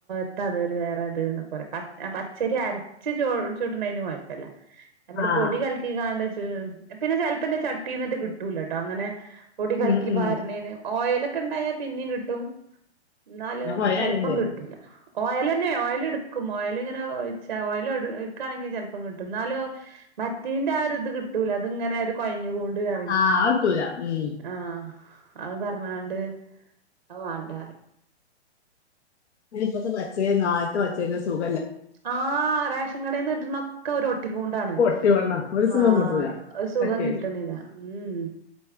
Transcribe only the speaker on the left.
ആ
ഉം ഉം
ഞാൻ പോയാലേ
ആഹ് അത് കിട്ടൂല ഉം
ഇപ്പത്തെ പച്ചേ നാത്ത പച്ചേന്റെ സുഖ
പൊട്ടി വന്ന ഒരു
സുഖം കിട്ടൂല
പച്ചരി